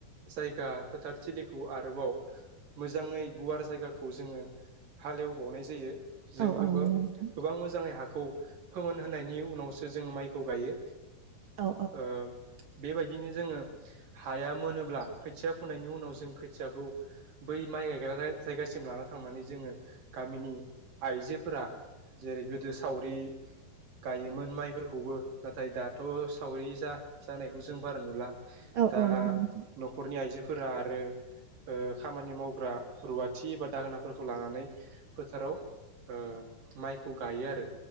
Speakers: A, on the right (about 60°); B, on the right (about 80°).
A: जायगा फोथारथिलिखौ आरोबाव मोजाङै गुवार जायगाखौ खौ जोङो हालेवबावनाय जायो जों
B: औ
A: गोबां
B: औ नंगौ नोंथां
A: गोबां मोजाङै हाखौ खौ फोमोन होनायनि उनावसो जों माइखौ गायो
B: औ
A: ओ बेबायदिनो जोङो हाया मोनोब्ला खोथिया फुनायनि उनाव जों खोथियाखौ बै माइ गायग्रा जायगासिम सिम लाना थांनानै जोङो गामिनि आइजोफोरा जेरै गोदो सावरि गायोमोन माइफोरखौबो नाथाय दाथ सावरि जा जानायखौ जों बारा नुला
B: औ
A: दा
B: औ नंगौ नोंथां
A: नखरनि आइजो फोरा आरो ओ खामानि मावग्रा रुवाथि थि बा दाहोनाफोरखौ लानानै फोथाराव ओ माइखौ गायो आरो